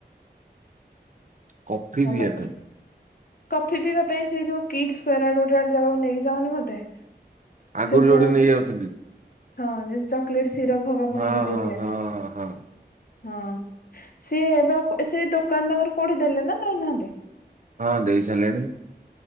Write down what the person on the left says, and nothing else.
ହ୍ୟାଲୋ
କଫି ପିଇବା ପାଇଁ ସେ ଯୋଉ କିଟସ୍କୋୟାର ଆଡ଼ ଗୋଟେ ଜାଗାକୁ ନେଇକି ଯାଅନି ମତେ।
ସେ ପୁରା
ହଁ ଯ ଚକୋଲେଟ ସିରପ ହବା
ପକେଇକି ଯିଏ
ଦିଏ।
ହଁ। ସିଏ ଏବେ ସେ ଦୋକାନ ତାଙ୍କର କୋଉଠି ଦେଲେ ନା ଦେଇନାହାନ୍ତି?